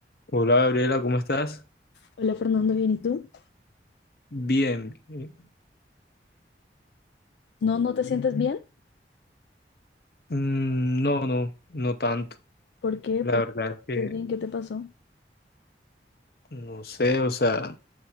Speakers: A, on the left; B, on the left.
A: Hola Gabriela, ¿cómo estás?
B: Hola Fernando, bien, ¿y tú?
A: Bien. Eh,
B: No, no te sientes bien.
A: mm, No, no, no tanto.
B: ¿Por qué?
A: La
B: ¿Por
A: verdad
B: qué no te
A: es
B: sientes
A: que
B: bien? ¿Qué te pasó?
A: no sé, o sea,